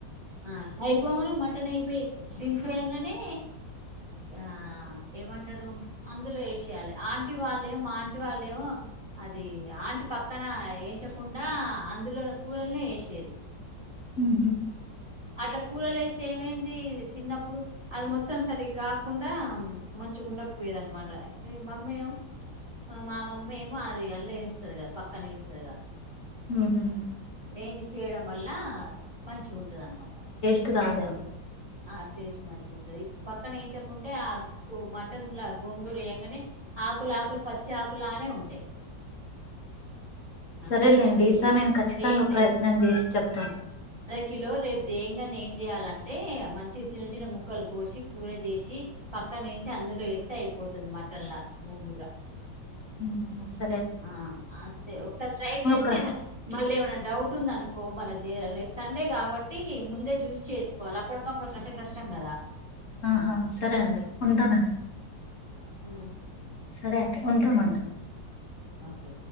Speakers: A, on the right (about 20°); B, on the left (about 45°).
A: ఆ అయిపోగాంనే మటన్ అయిపోయి దింపి ఏయాంగానే ఆ ఏమంటారు అందులో ఏసేయాలి ఆంటి వాళ్ళేమో మా ఆంటి వాళ్ళేమో అది ఆంటి పక్కన ఎంచకుండా అందులో కూరల్నే ఎషెది
B: ఉనా
A: అట్లా కూరలు ఎస్తే ఏమైంది తిన్నప్పుడు అది మొత్తం సరిగ్కా కాకుండా మంచి మంచిగా ఉండక పోయేది అనమాట అరే మమ్మీ ఏమో మా మమ్మీ ఏమో అది అల్ళ ఎంచుతాది కదా పక్కన ఎంచుతాది గా
B: <inaudible>
A: ఏంచి చేయడం వల్ల మంచిగా ఉంటది అనమాట
B: కూరకా
A: ఆ టేస్ట్ మంచిగా ఉంటది ఇప్పుడు పక్కన ఎంచుకుంటే ఆ మటన్ లో గోంగూర ఏయ్యంగానే ఆకుల ఆకులు పచ్చి ఆకులానే ఉంటాయి ఆ
B: సరేలేండి
A: అందుకే
B: ఈసారి
A: ఏ
B: నేను ఖచ్చితంగా
A: ఏం
B: ప్రయత్నం చేసి చెప్తాను
A: కిలో రేపు దేయంగానే ఏం చేయాలంటే మంచిగా చిన్న చిన్న ముక్కలు కోసి కూర చేసి ప పక్కన ఎంచి అందులో వేస్తే అయిపోతాది మటన్లా గోంగూర
B: నోస్
A: ఆ అంతే ఒకసారి ట్రై చేస్తే
B: ప్ర
A: ఎదన మళ్ళీ ఏమైన డౌట్ ఉందనుకో మన రేపు సండే కాబట్టి ముందే జూసి చేసుకోవాల్ల అప్పటికప్పటికి అంటే కష్టం కదా
B: ఆహా సరే అండి ఉండన
A: హ్మ్
B: సరే అయితే ఉంటామళ్ళ
A: ఓకే